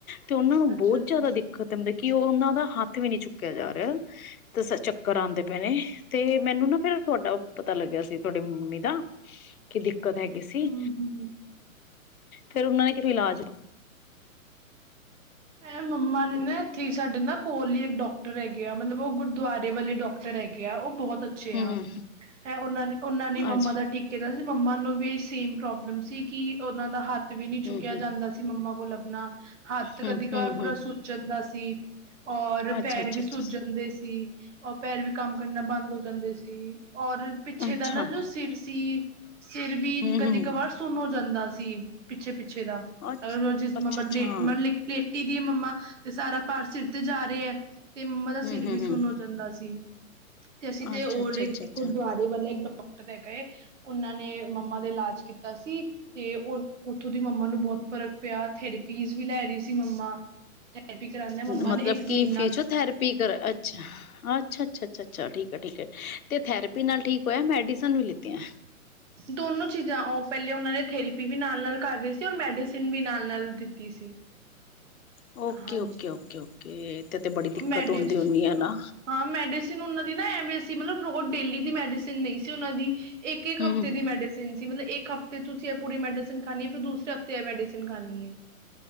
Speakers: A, on the left; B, on the right.
A: ਤੇ ਉਹਨਾਂ ਨੂੰ
B: ਅੱਛਾ
A: ਬਹੁਤ
B: ਅੱਛਾ
A: ਜਿਆਦਾ ਦਿੱਕਤ ਆਂਦੀ ਕਿ ਉਹ ਉਹਨਾਂ ਦਾ ਹੱਥ ਵੀ ਨੀ ਚੁੱਕਿਆ ਜਾ ਰਿਹਾ ਤੇ ਸ ਚੱਕਰ ਆਉਂਦੇ ਪਏ ਨੇ। ਤੇ ਮੈਨੂੰ ਨਾ ਫੇਰ ਤੁਹਾਡਾ ਪਤਾ ਲੱਗਿਆ ਸੀ ਤੁਹਾਡੀ ਮੰਮੀ ਦਾ- ਕਿਡੀ ਕਦ ਹੈਗੇ ਸੀ।
B: ਹਮ ਹਮ
A: ਫੇਰ ਉਹਨਾਂ ਨੇ ਕਿਤੋਂ ਇਲਾਜ-
B: ਇਹ ਮੰਮਾ ਨੇ ਨਾ ਇੱਥੇ ਈ ਸਾਡੇ ਨਾ ਕੋਲ ਈ ਇੱਕ ਡਾਕਟਰ ਹੈਗੇ ਆ। ਮਲਬ ਉਹ ਗੁਰਦੁਆਰੇ ਵਾਲੇ ਡਾਕਟਰ ਹੈਗੇ ਆ। ਉਹ ਬਹੁਤ- ਅੱਛੇ
A: ਹੂੰ
B: ਆ। ਇਹ ਉਹਨਾਂ ਨੇ ਉਹਨਾਂ ਨੇ ਮੰਮਾ
A: ਅੱਛਾ
B: ਦਾ ਟੀਕੇ ਦਾ- ਮੰਮਾ ਨੂੰ ਵੀ ਏਈ ਸੇਮ ਪ੍ਰੋਬਲਮ ਸੀ। ਕਿ ਉਹਨਾਂ ਦਾ ਹੱਥ- ਹੱਥ ਵੀ ਨਹੀਂ ਚੁੱਕਿਆ
A: ਹੂੰ-ਹੂੰ
B: ਜਾਂਦਾ ਸੀ। ਮੰਮਾ- ਕੋਲ ਆਪਣਾ- ਤੇ
A: ਹੂੰ-ਹੂੰ-ਹੂੰ
B: ਕਦੀ ਗਾਲ ਪੂਰਾ ਸੁਜ ਜਾਂਦਾ ਸੀ। ਸੀ ਔਰ
A: ਅੱਛਾ-ਅੱਛਾ-ਅੱਛਾ
B: ਪੈਰ ਵੀ ਸੁੱਜ ਜਾਂਦੇ ਸੀ। ਔਰ ਪੈਰ ਵੀ ਕੰਮ ਕਰਨਾ ਬੰਦ ਹੋ ਜਾਂਦੇ ਸੀ। ਤੇ ਔਰ ਪਿੱਛੇ
A: ਅੱਛਾ-ਅੱਛਾ
B: ਦਾ ਨਾ ਜੋ ਸਿਰ ਸੀ- <unintelligible> ਸਿਰ ਵੀ
A: ਹੂੰ-ਹੂੰ
B: ਕਦੀ ਕਵਾਰ ਸੁਨ ਜਾਂਦਾ- ਥੀ ਪਿੱਛੇ -ਪਿੱਛੇ ਪਿੱਛੇ ਦਾ।
A: ਅੱਛ
B: ਅਗਰ <unintelligible>
A: ਅੱਛਾ-ਅੱਛਾ
B: ਲੇਟੀ ਦੀ ਏ ਮੰਮਾ ਤੇ ਸਾਰਾ- ਭਾਰ ਸਿਰ ਤੇ ਜਾ ਰਿਆ ਏ। ਤੇ ਮੰਮਾ
A: ਹੂੰ-ਹੂੰ-ਹੂੰ
B: ਦਾ ਸਿਰ ਵੀ ਸੁਣ ਹੋ ਜਾਂਦਾ ਸੀ। ਤੇ ਅਸੀਂ ਤੇ
A: ਅੱਛਾ-ਅੱਛਾ-ਅੱਛਾ-ਅੱਛਾ
B: ਔ ਇਲੈਕਟ, ਵਲੇ ਗੁਰਦੁਆਰੇ ਵਾਲੇ ਡਾਕ- ਡਾਕਟਰ ਦੇ ਗਏ ਉਹਨਾਂ ਨੇ ਮੰਮਾ ਦੇ ਇਲਾਜ ਕੀਤਾ ਸੀ, ਤੇ ਉਹ ਉੱਥੋਂ ਦੀ ਮੰਮਾ ਨੂੰ ਬਹੁਤ ਫਰਕ ਪਿਆ, ਥੈਰੇਪੀਜ਼ ਵੀ ਲੈ ਰਹੀ ਸੀ। ਮੰਮਾ <unintelligible> ਮੰਮਾ
A: ਮਤਲਬ
B: ਨੇ ਇੱਕ
A: ਕਿ
B: ਮਹੀਨਾ
A: ਫਿਜੀਓਥੇਰਪੀ ਕਰਾ ਅੱਛਾ ਅੱਛਾ-ਅੱਛਾ। ਅੱਛਾ-ਅੱਛਾ ਠੀਕ ਐ ਠੀਕ ਏ, ਤੇ ਥੈਰੇਪੀ ਨਾਲ ਠੀਕ ਹੋਇਆ ਮੈਡੀਸਨ ਵੀ ਲੀਤੀਆਂ।
B: ਦੋਨੋ ਚੀਜ਼ਾਂ ਉਹ ਪਹਿਲੇ ਉਹਨਾਂ ਨੇ ਥੇਰੇਪੀ ਵੀ ਨਾਲ-ਨਾਲ ਕਰ ਰਹੇ ਸੀ ਔਰ ਮੈਡੀਸਿਨ ਵੀ ਨਾਲ-ਨਾਲ ਦਿੱਤੀ ਸੀ।
A: ਓਕੇ
B: ਹਾਂਜੀ
A: ਓਕੇ ਓਕੇ ਓਕੇ। ਤੇ ਤੇ ਬੜੀ ਦਿੱਕਤ
B: ਮੈਡੀਸ,
A: ਹੁੰਦੀ ਹੁੰਦੀ ਹੈ ਨਾ
B: ਹਾਂ ਮੈਡੀਸਿਨ ਉਨਾਂ ਦੀ ਨਾ ਵੇ ਸੀ ਮਲਬ ਰੋਜ਼ ਡੇਲੀ ਦੀ ਮੈਡੀਸਨ ਨਹੀਂ ਸੀ ਉਹਨਾਂ ਦੀ। ਇੱਕ-ਇੱਕ
A: ਹਮ
B: ਹਫ਼ਤੇ ਦੀ ਮੈਡੀਸਨ ਤਿਨ ਸੀ ਮਲਬ ਇੱਕ ਹਫਤੇ ਤੁਸੀਂ ਇਹ ਪੂਰੀ ਮੈਡੀਸਨ ਖਾਣੀ ਏ ਫਿਰ ਦੂਸਰੇ ਹਫ਼ਤੇ ਇਹ ਮੈਡੀਸਨ ਖਾਣੀ ਏ।